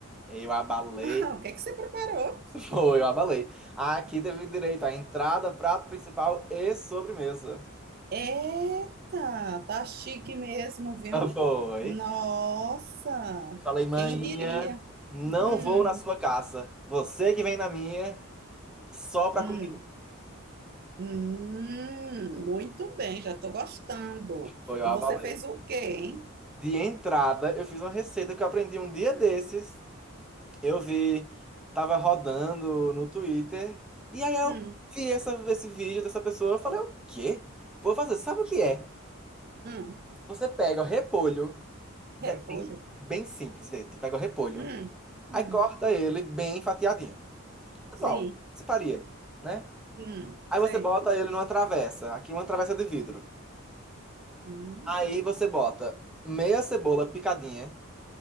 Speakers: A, in the centre; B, on the right.
A: Eu abalei,
B: <laughs> Ah, O que é que você preparou?
A: <laughs> foi, eu abalei. Aqui teve direito à entrada, prato principal e sobremesa.
B: Eita, tá chique mesmo, viu?
A: <laughs> Foi.
B: Nossa,
A: Eu Falei, maninha,
B: quem diria?
A: não
B: Hum,
A: vou na sua casa. Você que vem na minha, só pra
B: hum.
A: comer.
B: Hum, muito bem, já estou gostando.
A: Foi, eu
B: E
A: abalei.
B: você fez o quê, hein?
A: De entrada, eu fiz uma receita que eu aprendi um dia desses. Eu vi, tava rodando no Twitter, e aí eu
B: Hum,
A: vi essa, esse vídeo dessa pessoa, eu falei, o quê? Vou fazer, sabe o que é?
B: hum,
A: Você pega o repolho,
B: repolho.
A: é bem, bem simples, vê, tu pega o repolho,
B: Hum, hum,
A: aí corta ele bem fatiadinho,
B: sim,
A: normal, você faria, né?
B: hum,
A: Aí
B: sei.
A: você bota ele numa travessa, aqui uma travessa de vidro.
B: Hum,
A: Aí você bota meia cebola picadinha,